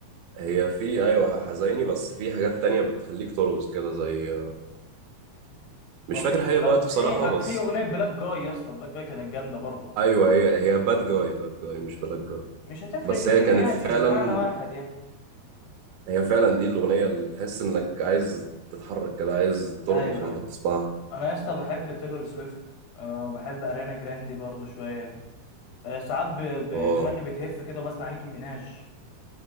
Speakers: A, on the right; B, on the left.
A: هي في أيوة حزيني بس في حاجات تانية بتخليك ترقص كده زي مش
B: هو في
A: فاكر هي
B: لا
A: الوقت بصراحة
B: في ح-
A: بس
B: في اغنيه بلاك جاي يا اسطى بلاك جاي كانت جامده برضه
A: أيوة هي هي باد جاي باد جاي مش بلاك جاي
B: مش هتفرق
A: بس
B: كتير
A: هي كانت
B: يعني
A: فعلا
B: المعنى واحد يعني
A: هي فعلا دي الأغنية اللي تحس إنك عايز تتحرك كده عايز ترقص
B: ايوه
A: وأنت
B: ايوه
A: بتسمعها
B: انا يا اسطى بحب تايلور سويفت آه، وبحب اريانا جراندي برضه شويه آه، ساعات ب- ب-
A: آه
B: دماغي بتهف كده وبسمع نيكي ميناج